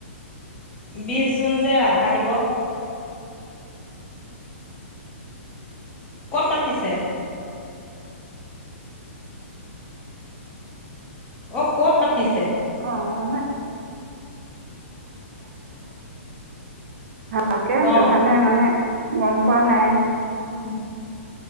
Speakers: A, on the left (about 15°); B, on the right (about 65°).
A: বিশ জুন যে ৰাভা দিৱস ক'ত পাতিছে? অ, ক'ত পাতিছে?
B: অ <unintelligible> ভালকে সেটো
A: অ',
B: কাণে মানে মম পোৱা নাই
A: <inaudible>